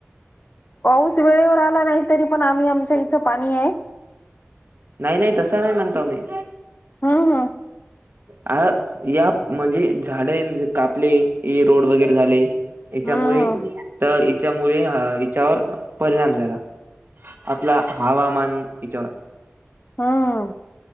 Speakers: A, on the left; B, on the right.
A: ऊस वेळेवर आला नाही तरी पण आम्ही आमच्या इथं पाणी ए
B: नाही नाही तसं नाही म्हणतो मी.
A: हा हा.
B: आ या म्हणजे झाडे कापले हे रोड वगैरे झाले. हेच्यामुळे
A: हम्म
B: त हेच्यामुळे अ हेच्यावर परिणाम झाला. आपला हवामान हेच्यावर.
A: ह ह